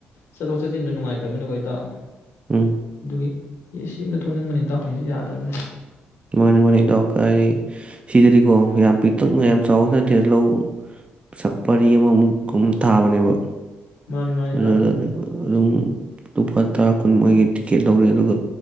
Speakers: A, on the left; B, on the right.
A: ꯆꯠꯊꯣꯛ ꯆꯠꯁꯤꯟꯗ ꯅꯨꯡꯉꯥꯏꯇꯅꯤꯀꯣ ꯏꯇꯥꯎ
B: ꯎꯝ ꯎꯝ
A: ꯗꯨꯒꯤ ꯌꯦ ꯁꯤꯅ ꯊꯣꯡꯅꯤꯡꯕꯅꯤ ꯏꯇꯥꯎ ꯍꯧꯖꯤꯛ ꯌꯥꯗ꯭ꯔꯕꯅꯤ꯫
B: ꯃꯥꯅꯤ ꯃꯥꯅꯤ ꯏꯇꯥꯎ ꯀꯗꯤꯒꯤ ꯁꯤꯗꯗꯤꯀꯣ ꯌꯥꯝ ꯄꯤꯛꯇꯛꯅ ꯌꯥꯝ ꯆꯥꯎꯕ ꯅꯠꯇꯦ ꯂꯧ ꯁ ꯄꯔꯤ ꯑꯃꯃꯨꯛ ꯀꯨꯝ ꯊꯥꯕꯅꯦꯕ꯫
A: ꯃꯥꯅꯤ ꯃꯥꯅꯤ
B: ꯑꯗꯨꯗ
A: ꯏꯇꯥꯎ
B: ꯑꯗꯨꯝ ꯇꯨꯄꯠ ꯇꯔꯥ ꯀꯨꯟ ꯃꯣꯏꯒꯤ ꯇꯤꯛꯀꯦꯠ ꯂꯧꯔꯦ ꯑꯗꯨꯒ